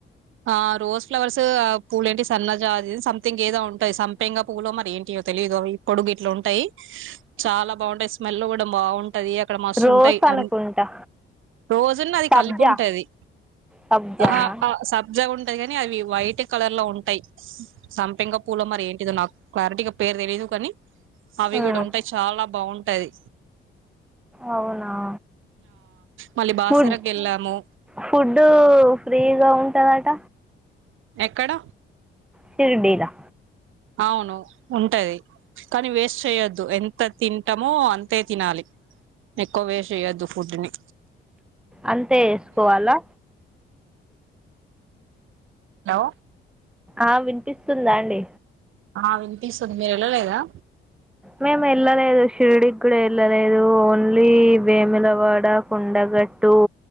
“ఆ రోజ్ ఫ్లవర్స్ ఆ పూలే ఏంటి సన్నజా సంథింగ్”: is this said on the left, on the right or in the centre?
Right